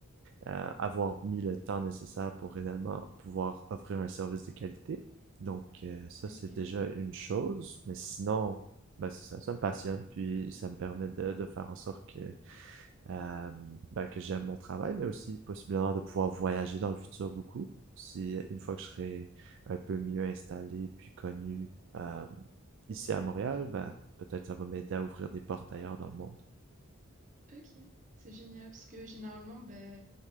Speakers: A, on the right; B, on the right.
A: euh, avoir mis le temps nécessaire pour réellement pouvoir offrir un service de qualité. Donc, euh, ça,
B: Ok,
A: c'est déjà une chose. Mais sinon, ben, c'est ça, ça me passionne. Puis, ça me permet de, de faire en sorte que, euh, ben, que j'aime mon travail, mais aussi possiblement de pouvoir voyager dans le futur beaucoup. Si une fois que je serai un peu mieux installé puis connu euh, ici à Montréal, ben, peut-être ça va m'aider à ouvrir des portes ailleurs dans le monde.
B: ok. C'est génial parce que généralement, bah,